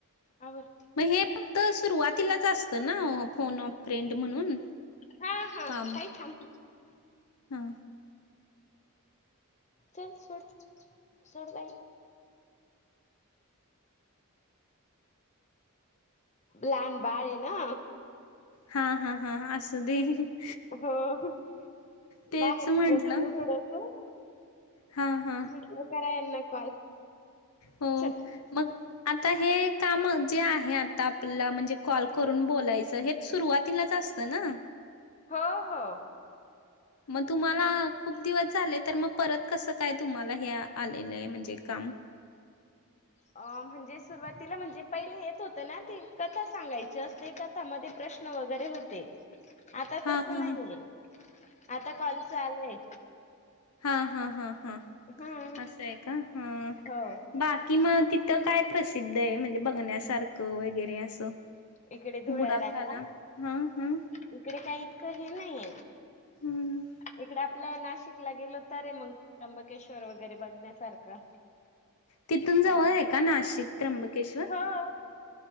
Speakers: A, on the left; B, on the left.
A: आवर.
B: मग हे फक्त सुरुवातीलाच असतं ना? फोन ऑप फ़्रेंड म्हणून
A: हा
B: काम.
A: <unintelligible>
B: हा
A: चल सोड. सोड बाय. लहान बाळए ना.
B: हा हा हा. अस. <unintelligible>
A: हो.
B: तेच
A: बाहेर
B: म्हंटलं
A: फिरत होते थोडस.
B: हा हा
A: म्हटलं करा यांना कॉल.
B: हो.
A: चल
B: मग- आता हे काम जे आहे आत्ता आपल्याला म्हणजे कॉल करून बोलायचं हे सुरुवातीलाच असत- -त ना?
A: हो हो.
B: मग तुम्हाला खूप दिवस झालेय तर मग परत कसं काय? तुम्हाला हे आलेलंय म्हणजे काम?
A: अ. म्हणजे सुरुवातीला म्हणजे पहिले येत होत ना ते कथा सांगायची असते क- त्यामध्ये प्रश्न वगैरे होते. आता
B: हां
A: तस
B: हां
A: नाहीये.
B: हां.
A: आता कालच आलंय.
B: हा. हा. हा. हा.
A: हम्म
B: असं आहे का? हा.
A: हो
B: बाकी मग तिथं काय प्रसिद्ध आहे म्हणजे बघण्यासारखं वगैरे असं
A: इकडे धुळ्याला
B: बुढाखाना
A: का
B: हम्म हम्म
A: इकडे काही इतकं हे नाहीय
B: हं.
A: इकडे आपल नाशिकला गेलो तर रे मग त्र्यंबकेश्वर वगैरे बघण्यासारखं
B: तिथून जवळ
A: आणि
B: आहे का नाशिक त्र्यंबकेश्वर?
A: हो